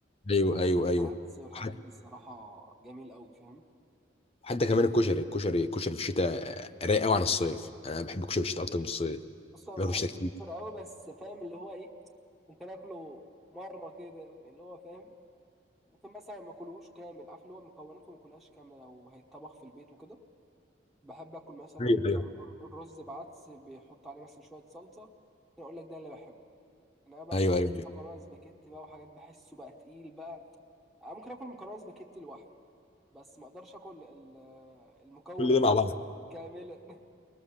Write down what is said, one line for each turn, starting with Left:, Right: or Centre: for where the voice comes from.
Left: ايوه
Centre: حته
Left: ايوه ايوه
Centre: العدس والحاجات
Left: حتى
Centre: دي الصراحه جميل اوي فاهم
Left: حتى كمان الكشري الكشري الكشري في الشتاء رايق قوي عن الصيف انا بحب الكشري في الشتاء اكتر من الصيف
Centre: بص انا
Left: باكل
Centre: بحب
Left: الشتاء كتير
Centre: الفطير اوي بس فاهم اللي هو ايه ممكن اكله مره كده اللي هو فاهم ممكن مثلا ما اكلهوش كامل عارف اللي هو مكوناته ما اكلهاش كامله لو هيتطبخ في البيت وكده بحب اكل مثلا
Left: ايوه ايوه
Centre: الر- الر- الرز بعدس بيحط عليه مثلا شويه صلصه كان اقول لك ده اللي بحبه انا بقى
Left: ايوه
Centre: تحط
Left: ايوه أيوة.
Centre: مكرونه سباكيتي بقى وحاجات بحسه بقى تقيل بقى انا ممكن اكل مكرونه سباكيتي لوحده بس ما اقدرش اكل ال- المكون
Left: كل ده
Centre: هذا
Left: مع بعض
Centre: كاملا